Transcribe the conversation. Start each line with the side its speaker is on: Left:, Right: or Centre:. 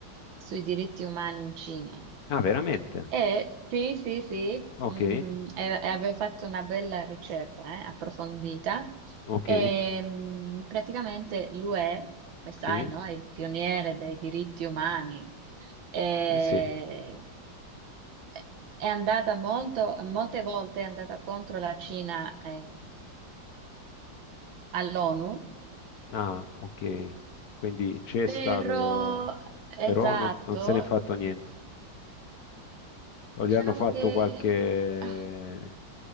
Right: sui diritti umani in Cina.
Left: Ah, veramente?
Right: E sì, sì, sì,
Left: Ok,
Right: mm, e, e avevo fatto una bella ricerca eh, approfondita.
Left: ok,
Right: E, mm, praticamente l'UE, come sai,
Left: sì,
Right: no, è il pioniere dei diritti umani. E,
Left: eh sì.
Right: è andata molto, molte volte è andata contro la Cina, eh, all'ONU,
Left: Ah, ok. Quindi c'è
Right: però
Left: stato,
Right: esatto,
Left: però non, non se n'è fatto niente. O
Right: diciamo
Left: gli hanno fatto
Right: che
Left: qualche...
Right: ah,